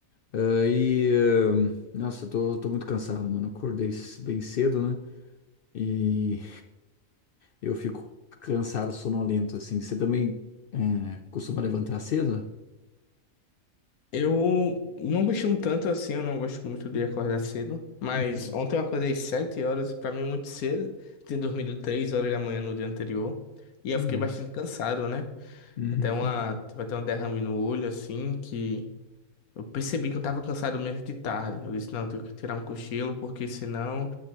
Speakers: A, on the left; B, on the left.
A: Ah, E eh, nossa, eu tô, tô muito cansado, mano. Eu Acordei c- bem cedo, né? E eu fico cansado, sonolento, assim. Você também eh, costuma levantar cedo?
B: eu não costumo tanto assim, eu não gosto muito de acordar cedo, mas
A: Hum.
B: ontem eu acordei 7 horas, pra mim é muito cedo, tinha dormido 3 horas da manhã no dia anterior, e eu
A: Nossa.
B: fiquei bastante cansado, né?
A: Uhum.
B: Até uma, tive até um derrame no olho, assim, que eu percebi que eu tava cansado mesmo de tarde. Eu disse, não, eu tenho que tirar um cochilo, porque senão